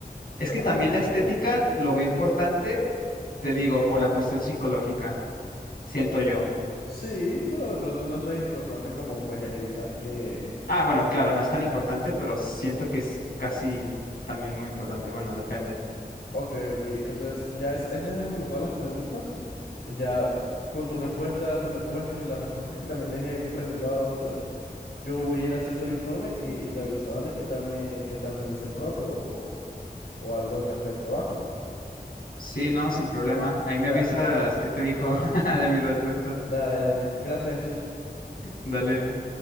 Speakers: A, on the left (about 65°); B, on the left (about 80°).
A: Es que
B: También
A: también
B: estoy
A: la estética
B: bien.
A: lo ve importante, te digo, por la cuestión psicológica, siento yo.
B: Sí, pero de pronto no es tan importante como pues el evitar que...
A: Ah, bueno, claro, no es tan importante, pero siento que es casi también muy importante. Bueno, depende.
B: Ok, ok, entonces ya es- esas eran como todas las preguntas, ya con tu respuesta, mis respuestas y las respuestas que también les he preguntado a los otros, yo voy a ir haciendo el informe y, y te aviso, dale, qué tal me, qué tal me dice el profe o, o, o algo al respecto, ¿va?
A: Sí, no, sin problema. Ahí me
B: Da-
A: avisas qué te dijo <laughs> de mis respuestas.
B: dale, dale, gracias Jesús.
A: Dale.